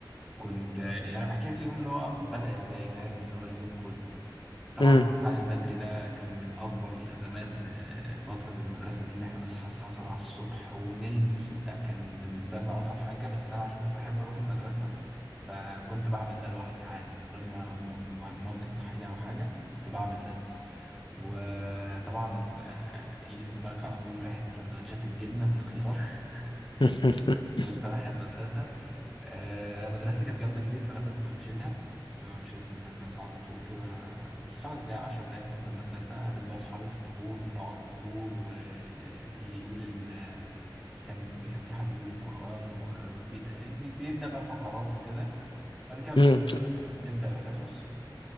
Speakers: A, in the centre; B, on the left.
A: كنت يعني انا بحكي لك اليوم اللي هو بدا ازاي فاهم اللي هو اليوم كله طبعا
B: مم.
A: الصحيان البدري ده كان من اكبر الازمات في فتره المدرسه دي ان احنا نصحى الساعه 7 الصبح ونلبس وبتاع كان بالنسبه لنا اصعب حاجه بس انا عشان كنت بحب اروح المدرسه فكنت بعمل ده لوحدي عادي من غير ما ما- ما- مامتي تصحيني او حاجه كنت بعمل ده وطبعا آه، يجي في دماغك على طول ريحة سندوتشات الجبنة بالخيار <laughs>
B: <laughs>
A: وانت رايح المدرسة آه، انا مدرستي كانت جنب البيت فانا كنت بمشي لها كنت بمشي للمدرسة على طول كده خمس دقايق عشر دقايق أكون في المدرسة أقابل بقى أصحابي في الطابور ونقف في الطابور واللي يقول ال... كان بيبقى في حد بيقول القرآن وبيبدأ بقى فقرات وكده بعد كده بن-
B: مم.
A: بنبدأ الحصص